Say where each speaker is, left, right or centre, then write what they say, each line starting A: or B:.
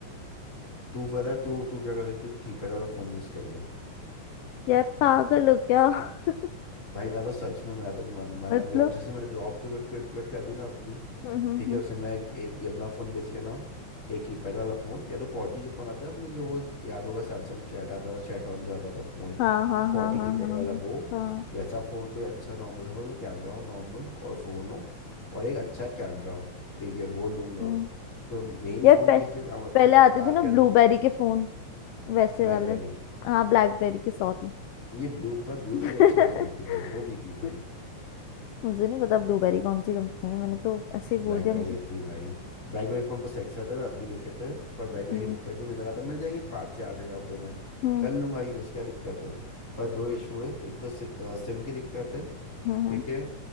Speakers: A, on the left; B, on the left.
A: तू पता है तू तू क्या कर सकती है तू कीपैड वाला फोन यूज कर ले
B: यार पागल हो क्या <laughs>
A: भाई मैं तो सच में मैं तो मन मन
B: मतलब
A: अब जब जैसे मैं जॉब क्विट क्विट कर दी ना अपनी
B: हम्म हम्म
A: ठीक है
B: हम्म।
A: उसमें मैं एक, एक ये अपना फ़ोन बेच के ना एक कीपैड वाला फ़ोन या तो कॉर्टी जो फ़ोन आता है अपने जो वो याद होगा सैमसंग चैट आता था चैट ऑन जो आता था फ़ोन
B: हाँ हाँ
A: कॉर्टी
B: हाँ हाँ
A: कीपैड
B: हाँ हाँ
A: वाला वो
B: हाँ,
A: वैसा फ़ोन कोई अच्छा नॉर्मल सा फ़ोन कैमरा हो नॉर्मल और फ़ोन हो और एक अच्छा कैमरा हो ठीक है वो लूंगा
B: हम्म
A: तो मेन फ़ोन
B: यार पह,
A: किस लिए काम आता
B: पहले
A: है
B: आते
A: बात
B: थे ना
A: करने
B: ब्लूबेरी
A: की
B: के फोन वैसे
A: ब्लैकबेरी
B: वाले हाँ ब्लैकबेरी के सॉरी
A: ये ब्लू पर ब्लूबेरी
B: <laughs>
A: अच्छी कंपनी थी भाई जो भी थी भाई
B: मुझे नहीं पता ब्लूबेरी कौन सी कंपनी है मैंने तो ऐसे ही
A: ब्लैकबेरी
B: बोल दिया मुझे
A: थी भाई ब्लैकबेरी फोन पर सैक्से आते हैं मैंने अभी देखे थे पर ब्लैकबेरी
B: हम्म
A: की दिक्कत थी मुझे लगा था मिल जाएंगे पाँच से आठ हज़ार रुपये में
B: हम्म
A: कर लूंगा यूज़ क्या दिक्कत है पर दो इशू है एक तो सि, अ, सिम की दिक्कत है
B: हम्म हम्म,
A: ठीक है